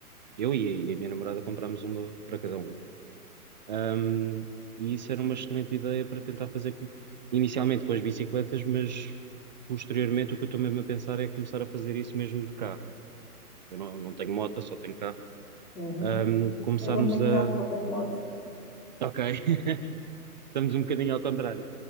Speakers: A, on the right; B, on the left.
A: Eu e, e a minha namorada comprámos uma para cada um. Ahm, e isso era uma excelente ideia para tentar fazer co- inicialmente com as bicicletas, mas posteriormente o que eu estou mesmo a pensar é começar a fazer isso mesmo de carro. Eu não, não tenho moto, só tenho carro.
B: Uhum.
A: Ahm, começarmos
B: Eu não tenho
A: a.
B: carro, só tenho moto. <laughs>
A: Ok, <laughs> estamos um bocadinho ao contrário.